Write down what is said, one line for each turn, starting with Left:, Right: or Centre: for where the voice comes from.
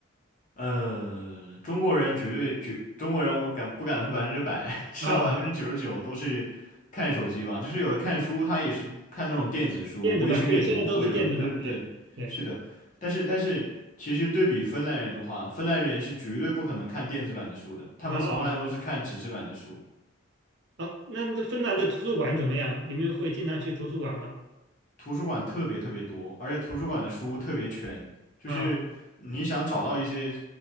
Left: 呃，中国人绝对绝，中国人我敢不敢说百分之百，<laughs> 至少百分之九十九都是看手机吧。
Right: 啊，
Left: 就是有的看书，他也是看那种电子书、
Right: 电子版对，
Left: 微信阅读或者，
Right: 现在都是电子版对。
Left: 对对对，
Right: 对
Left: 是的。但是但是，其实对比芬兰人的话，芬兰人是绝对不可能看电子版的书的，他们从来都是看纸质版的书，
Right: 哦，哦，那那芬兰的图书馆怎么样？你们会经常去图书馆吗？
Left: 图书馆特别特别多，而且图书馆的书特别全，就是你想找到一些，
Right: 啊，